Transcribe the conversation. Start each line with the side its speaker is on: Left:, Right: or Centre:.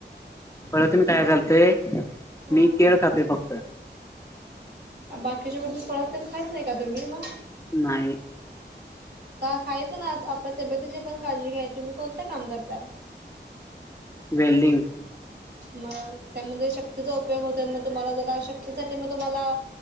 Left: फळात तुम्ही काय खाल्लते?
Right: हा
Left: मी केळ खातोय फ
Right: बाकीच्या मं फळा पण खात नाही का तुम्ही मग.
Left: नाही.
Right: का खायचं ना, आप- आपल्या तब्येतीची पण काळजी घ्यायची. तुम्ही कोणतं काम करताय?
Left: वेल्डिंग.
Right: मग त्यामध्ये शक्तीचा उपयोग होतो, मग तुम्हाला जर अशक्ती झाली मग तुम्हाला